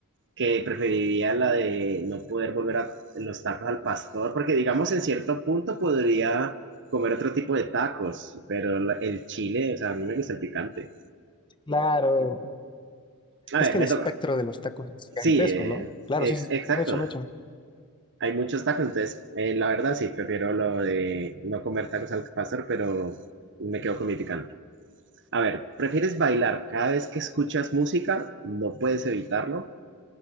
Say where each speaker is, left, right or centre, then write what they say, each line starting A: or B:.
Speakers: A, on the right; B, on the left.
A: que preferiría la de no poder volver a los tacos al pastor, porque digamos en cierto punto podría comer otro tipo de tacos, pero la- el chile, o sea, a mí me gusta el picante.
B: Claro.
A: A ver,
B: Es que
A: me
B: el espectro
A: toca.
B: de los tacos es gigantesco,
A: Sí, eh,
B: ¿no? Claro,
A: ex-
B: sí, sí. sí.
A: exacto.
B: Échame, échame, échame.
A: Hay muchos tacos, entonces, eh, la verdad sí, prefiero lo de no comer tacos al pastor, pero me quedo con mi picante. A ver, ¿prefieres bailar cada vez que escuchas música? No puedes evitarlo.